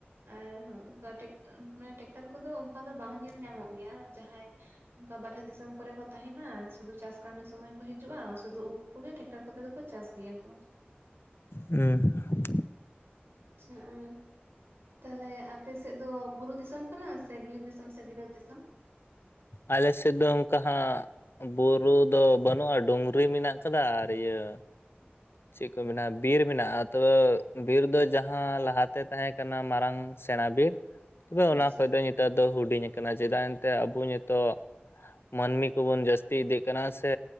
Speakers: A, on the right (about 70°); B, on the left (about 70°).
A: ᱟᱨᱚᱱᱮ ᱴᱮᱠᱴᱟᱨ ᱠᱚᱫᱚ ᱚᱱᱠᱟ ᱫᱚ ᱵᱟᱝ ᱧᱮᱞ ᱧᱟᱢᱚᱜ ᱜᱮᱭᱟ ᱡᱟᱦᱟᱸᱭ᱾ ᱚᱱᱠᱟ ᱵᱟᱨᱦᱮ ᱫᱤᱥ ᱫᱤᱥᱚᱢ ᱠᱚᱨᱮ ᱠᱚ ᱛᱟᱦᱮᱱᱟ ᱥᱩᱫᱷᱩ ᱪᱟᱥ ᱠᱟᱹᱢᱤ ᱥᱩᱢᱟᱹᱭ ᱠᱚ ᱦᱤᱡᱩᱜᱼᱟ ᱥᱩᱫᱩ ᱩᱱᱠᱩ ᱠᱚᱜᱮ ᱴᱮᱠᱴᱟᱨ ᱠᱚᱛᱮ ᱫᱚᱠᱚ ᱪᱟᱥ᱾ ᱱᱤᱭᱟᱹ ᱠᱚ᱾
B: ᱦᱩ᱾
A: ᱟᱪᱷᱟ ᱟᱨ᱾ ᱛᱟᱦᱚᱞᱮ ᱟᱯᱮ ᱥᱮᱫ ᱫᱚ ᱵᱩᱨᱩ ᱫᱤᱥᱚᱢ ᱠᱟᱱᱟ ᱥᱮ ᱵᱤᱨ ᱫᱤᱥᱚᱢ ᱥᱮ ᱵᱟᱹᱛ ᱫᱤᱥᱚᱢ?
B: ᱟᱞᱮ ᱥᱮᱫ ᱫᱚ ᱚᱱᱠᱟᱸ᱾ ᱵᱩᱨᱩ ᱫᱚ ᱵᱟᱹᱱᱩᱜᱼᱟ ᱰᱩᱝᱨᱤ ᱢᱮᱱᱟᱜ ᱠᱟᱫᱟ ᱟᱨ ᱤᱭᱟᱹ, ᱪᱮᱫ ᱠᱚ ᱢᱮᱱᱟᱜᱼᱟ ᱵᱤᱨ ᱢᱮᱱᱟᱜᱼᱟ ᱛᱚ ᱵᱤᱨ ᱫᱚ ᱡᱟᱦᱟᱸ ᱞᱟᱦᱟᱛᱮ ᱛᱟᱦᱮᱸ ᱠᱟᱱᱟ ᱢᱟᱨᱟᱝ ᱥᱮᱬᱟ ᱵᱤᱨ᱾ ᱛᱚᱵᱮ
A: ᱟᱪᱪᱷᱟ
B: ᱚᱱᱟ ᱠᱷᱚᱱ ᱫᱚ ᱱᱮᱛᱟᱨ ᱫᱚ ᱦᱩᱰᱤᱧ ᱟᱠᱟᱱᱟ ᱪᱮᱫᱟᱜ ᱮᱱᱛᱮ ᱟᱵᱚ ᱱᱤᱛᱚᱜ᱾ ᱢᱟᱹᱱᱢᱤ ᱠᱚᱵᱚᱱ ᱡᱟᱹᱥᱛᱤ ᱤᱫᱤᱜ ᱠᱟᱱᱟ ᱥᱮ᱾